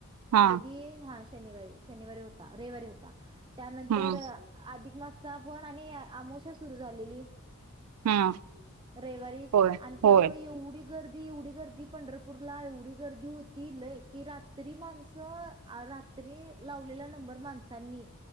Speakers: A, on the right; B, on the right.
A: हा
B: कधी हा शनिवारी शनिवारी होता, रविवारी होता त्यानंतर
A: हम्म
B: अधिक माासचा पण आणि आमोशा सुरू झालेली
A: हा
B: रविवारी
A: होय
B: आणि त्यामुळे
A: होय
B: एवढी गर्दी, एवढी गर्दी, पंढरपूरला एवढी गर्दी होती लय की रात्री माणसं आर रात्री लावलेला नंबर माणसांनी